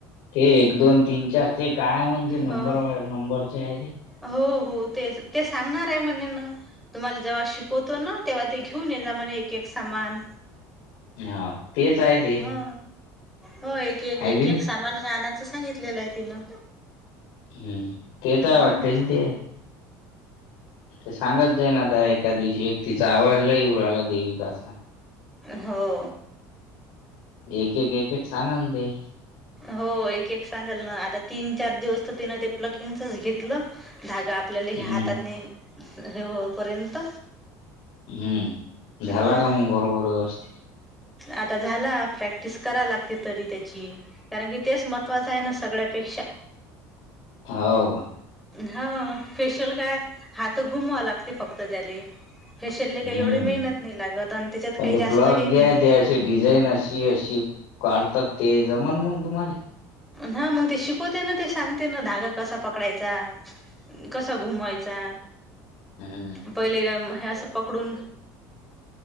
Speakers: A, on the left (about 80°); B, in the centre.
A: ते एक दोन तीन चार ते काय म्हणज नंबर
B: हो
A: नंबरचे आहे ते
B: हो हो तेच ते सांगणार आहे म्हणणे ना. तुम्हाला जेव्हा शिकवतो ना तेव्हा ते घेऊन ये जा म एक एक सामान.
A: हा. तेच आहे ते
B: हा हो एक एक
A: आहे
B: एक
A: की नाही?
B: एक सा सामान गाण्याचं सांगितलेलं आहे तिनं
A: हं. तेच
B: हम्म.
A: आहे वाटते ना ते. ते सांगत जाई नाता एका दिवशी एक तिचा आवाजलाही उर आला देवीकाचा.
B: हो.
A: एक एक एक सांग ते
B: हो एक एक सांगाल ना आता तीन चार दिवस तर तिनं ते प्लकिंगच घेतलं धागा आपल्याला
A: हं.
B: हे हातातने हे होपर्यंत.
A: हम्म झाला
B: हम्म
A: का मग बरोबर व्यवस्
B: आता झाला प्रॅक्टिस करा लागते तरी त्याची कारण की तेच महत्त्वाचं आहे ना सगळ्यापेक्षा.
A: हो का.
B: हा फेशियल काय हात घुमां लागते फक्त त्याला फेशलले
A: हं.
B: काही एवढी मेहनत नाही लागत आणि त्याच्यात
A: पण
B: काही
A: ते
B: जास्त
A: प्लग
B: हे
A: जे
B: बी
A: आहे
B: नाही.
A: ते अशी डिझाईन अशी अशी काढतात ते जमन मग तुम्हाला
B: ह मग ते शिकवते ना ते सांगते ना धागा कसा पकडायचा कस घुमवायचा
A: हं.
B: पहिले हे अस पकडून